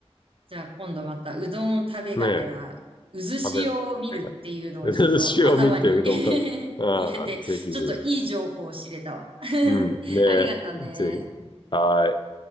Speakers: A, on the right; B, on the left.
A: じゃあ今度またうどんを食べがてら、
B: <laughs> ねえ、
A: 渦潮を見るっていうのをちょっと頭に
B: 食べ、<laughs> で寿司を見てうどん食べ、
A: <laughs>
B: ああ、
A: 入れて、
B: ぜひぜひ。
A: ちょっといい情報を知れたわ。<laughs>
B: うん。ねえ、
A: ありがとうね。
B: ぜひ。はい。